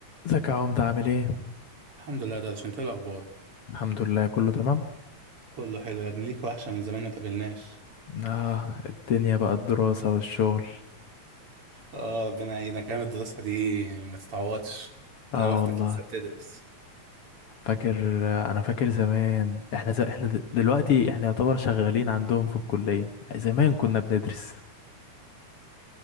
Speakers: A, on the left; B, on the right.
A: ازيك يا عمدة عامل ايه؟
B: الحمد لله ده انت إيه الاخبار
A: الحمد لله كله تمام
B: كله حلو يا ابني ليك وحشه من زمان ما تقابلناش
A: اه الدنيا بقى الدراسة والشغل
B: اه ربنا يعينك ايام الدراسه دي ما تتعوضش انت
A: اه
B: بختك
A: والله
B: لسه بتدرس
A: فاكر انا فاكر زمان احنا ز... احنا د- دلوقتي احنا يعتبر شغالين عندهم في الكلية زمان
B: <laughs>
A: كنا بندرس